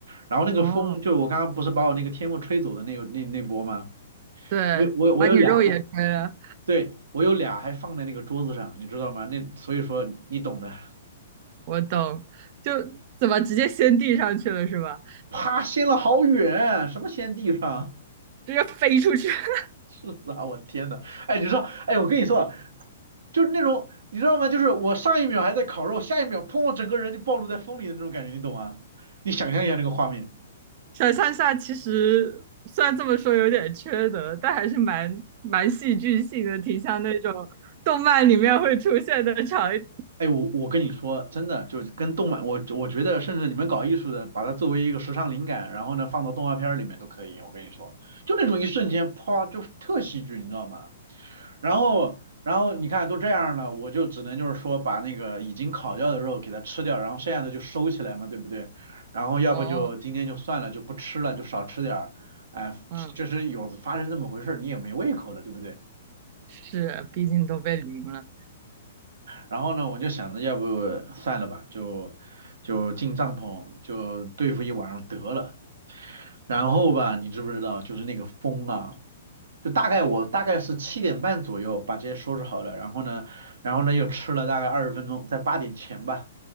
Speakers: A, on the right (about 80°); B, on the right (about 40°).
A: 然后那个风，
B: 哦，
A: 就我刚刚不是把我那个天幕吹走的那那那波吗？
B: 对，
A: 我有我有我有俩还，
B: 把你肉也吹了，
A: 对，我有俩还放在那个桌子上，你知道吗？那所以说你懂的，
B: 我懂。就怎么直接先递上去了是吧？
A: 啪，掀了好远，什么掀地上？
B: 直接飞出去。<laughs>
A: <laughs> 是啊，我天呐，哎，你知道，哎，我跟你说啊就是那种，你知道吗？就是我上一秒还在烤肉，下一秒砰，我整个人就暴露在风里的那种感觉，你懂吗？你想象一下那个画面。
B: 想象下其实虽然这么说有点缺德，但还是蛮蛮戏剧性的，挺像那种动漫里面会出现的场景。
A: 哎，我我跟你说，真的，就是跟动漫，我我觉得，甚至你们搞艺术的，把它作为一个时尚灵感，然后呢，放到动画片儿里面都可以。我跟你说，就那种一瞬间，啪，就是特戏剧，你知道吗？然后，然后你看都这样了，我就只能就是说把那个已经烤掉的肉给它吃掉，然后剩下的就收起来嘛，对不对？然后要不就今天就算了，
B: 哦，
A: 就不吃了，就少吃点儿。哎，
B: 嗯，
A: 这是有的发生这么回事儿，你也没胃口了，对不对？
B: 是，毕竟都被淋了。
A: 然后呢，我就想着要不算了吧，就就进帐篷就对付一晚上得了。然后吧，你知不知道，就是那个风啊，就大概我大概是七点半左右把这些收拾好了，然后呢，然后呢又吃了大概二十分钟，在八点前吧，